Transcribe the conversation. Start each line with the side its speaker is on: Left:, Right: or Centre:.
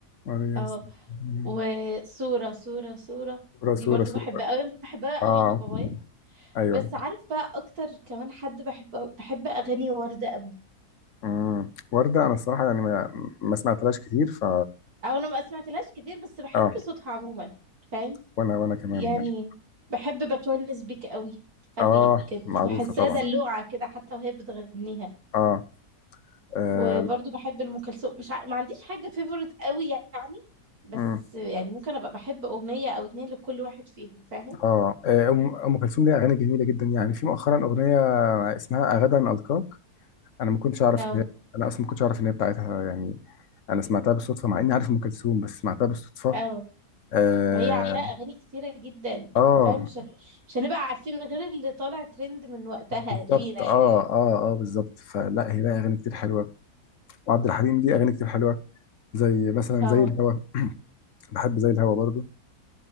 Left: ماريوس
Right: اه
Left: مم.
Right: وصوره صوره صوره
Left: صوره
Right: دي
Left: صوره
Right: برضو
Left: صوره
Right: بحبها قوي بحبها
Left: اه
Right: قوي من بابايا
Left: ايوه
Right: بس عارف بقى اكتر كمان حد بحب بحب اغاني وردة قوي
Left: امم ورده انا الصراحه يعني ما ما سمعتلهاش كتير ف
Right: او انا ما سمعتلهاش كتير بس بحب
Left: اه
Right: صوتها عموما فاهم
Left: وانا وانا كمان
Right: يعني
Left: يعني
Right: بحب بتونس بيك قوي قوي
Left: اه
Right: بجد
Left: معروفه
Right: بحسها
Left: طبعا
Right: دلوعة كده حتى وهي بتغنيها
Left: اه اه
Right: وبرضه بحب ام كلثوم مش ع... ما عنديش حاجة فيفورت قوي يعني بس
Left: مم.
Right: يعني ممكن ابقى بحب اغنية او اتنين لكل واحد فيهم فاهم
Left: آه. آه، ام أم كلثوم ليها اغاني جميله جدا يعني في مؤخرا اغنيه اسمها اغدا القاك انا ما كنتش اعرف
Right: اه
Left: ان هي انا اصلا ما كنتش اعرف ان هي بتاعتها يعني انا سمعتها بالصدفه مع اني عارف ام كلثوم بس سمعتها بالصدفه
Right: اه
Left: اه,
Right: ما هي عندها اغاني كتيرة جدا
Left: آه
Right: فاهم مش هت- مش هنبقى عارفين غير اللي طالع ترند من وقتها
Left: بالظبط
Right: لينا
Left: اه
Right: يعني
Left: اه اه بالظبط فلا هي لها اغاني كتير حلوه وعبد الحليم ليه اغاني كتير حلوه زي مثلا
Right: اه
Left: زي الهوا بحب زي الهوا برضو